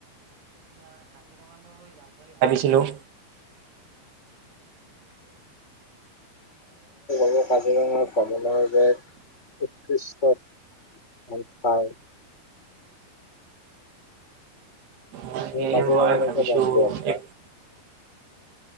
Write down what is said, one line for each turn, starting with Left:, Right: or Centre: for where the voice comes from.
Right: হেলল।
Left: <inaudible> কাজিৰঙা ভ্ৰমণৰ যে উদৃষ চব ভ হয়।
Right: মই সেয়ে
Left: ম কাজিৰঙালৈকে
Right: মই ভাবিছোঁ
Left: যাম বুলি <unintelligible>
Right: এই